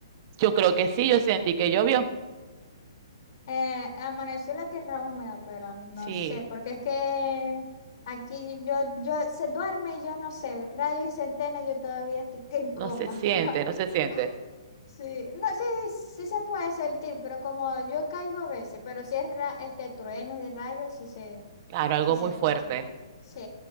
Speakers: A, on the right (about 40°); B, on the left (about 55°).
A: Yo creo que sí, yo sentí que llovió.
B: Eh, amaneció la tierra húmeda, pero no
A: Sí,
B: sé, porque es que aquí yo, yo se duerme y yo no sé, rayos y centenas, yo todavía estoy que en
A: no
B: coma.
A: se siente,
B: <laughs>
A: no se siente.
B: Sí, no, sí, sí se puede sentir, pero como yo caigo a veces, pero si es ra- este trueno y rayos, sí se,
A: Claro, algo
B: sí se
A: muy
B: escucha.
A: fuerte.
B: Sí.